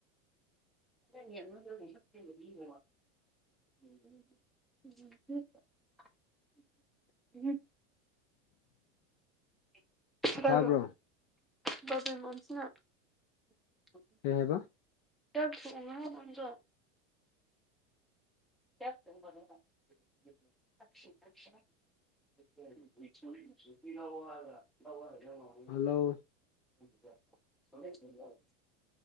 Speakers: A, in the centre; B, on the left.
A: <inaudible> <unintelligible> <unintelligible>
B: ꯇꯥꯕ꯭ꯔꯣ ꯀꯩ ꯍꯥꯏꯕ
A: <unintelligible> <unintelligible> <unintelligible>
B: ꯍꯜꯂꯣ
A: <unintelligible>